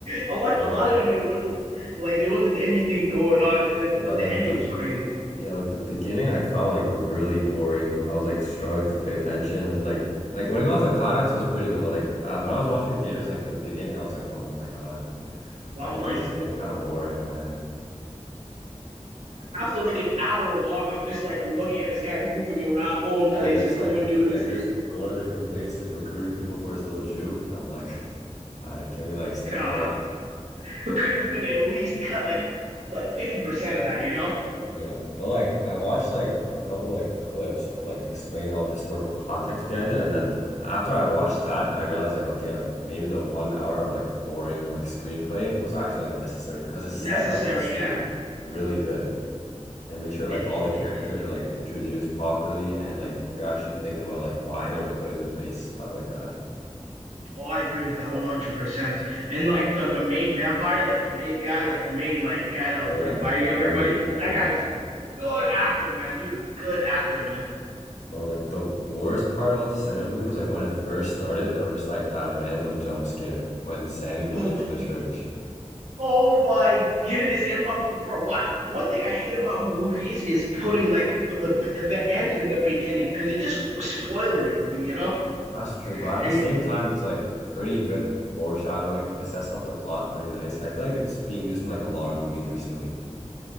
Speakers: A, on the right (about 80°); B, on the left (about 80°).
A: I watched
B: Oh
A: a
B: yeah.
A: lot of it, and there wasn't like there wasn't anything going on. And then,
B: Yeah,
A: but
B: like
A: the ending
B: the
A: was crazy.
B: Yeah, like the beginning I found like really boring. I was like struggling to pay attention and then like like when it got to the climax it was pretty good, but like uh, when I was watching in theaters like the beginning I was like, "Oh my God.
A: Well,
B: Like
A: I'm like,
B: this is
A: whoa.
B: getting kind of boring, man."
A: after like an hour long, I'm just like looking at this guy moving around, going places,
B: Yeah, you just
A: going
B: like
A: doing
B: yeah,
A: this.
B: you just going to different places recruiting people for his little juke and I'm like, <laughs> "All right, can we like step
A: God,
B: it up?"
A: we couldn't we could at least cut like like fifty percent of that, you know?
B: Yeah, but like I watched like a couple like clips of like explaining all the historical context behind it, and then after I watched that, I realized like okay, like maybe the one hour of like boring like screenplay was actually like necessary because it set
A: Necessary,
B: up the scene
A: yeah.
B: really good and make sure
A: It
B: like all
A: did,
B: the characters
A: it did.
B: are like introduced properly and like you actually think about like why they were put into place, stuff like that.
A: Well, I agree with that 100%. And like the the main vampire, like the main guy, like the main like guy that
B: Oh
A: was
B: yeah,
A: like biting everybody.
B: Remick, yeah.
A: That guy was a good actor, man. He was a good actor, man.
B: Bro, like the worst part about the Sinners movie was like when it first started and there was just like that random jump scare when Sammy went
A: Oh,
B: into the church.
A: oh my goodness. And what, bro, what one thing I hate about movies is putting like the the end in the beginning because it just was spoiling it for me, you know?
B: That's true, but at
A: And,
B: the same
A: it-
B: time it's like pretty good foreshadowing. It sets up the plot pretty nice. I feel like it's being used in like a lot of movies recently.